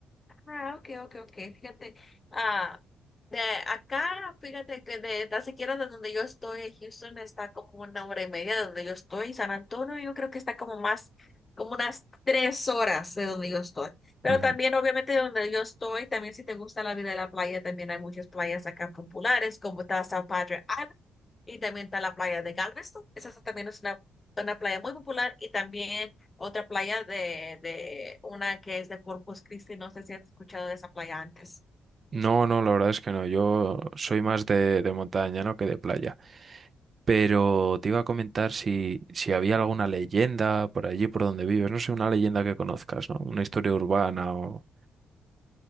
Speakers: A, on the left (about 30°); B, on the right (about 45°).
A: Ah, ok, ok, ok. Fíjate, ah, de acá, fíjate que de tan siquiera de donde yo estoy, Houston está como una hora y media de donde yo estoy. San Antonio, yo creo que está como más, como unas tres horas de donde yo estoy. Pero
B: Ujú.
A: también, obviamente, de donde yo estoy, también si te gusta la vida de la playa, también hay muchas playas acá populares, como está San Padre y también está la playa de Galveston. Esa es- también es una, una playa muy popular. Y también otra playa de, de una que es de Corpus Christi. No sé si has escuchado de esa playa antes.
B: No, no, la verdad es que no. Yo soy más de, de montaña, ¿no? que de playa. Pero te iba a comentar si, si había alguna leyenda por allí, por donde vives. No sé, una leyenda que conozcas, ¿no? Una historia urbana o...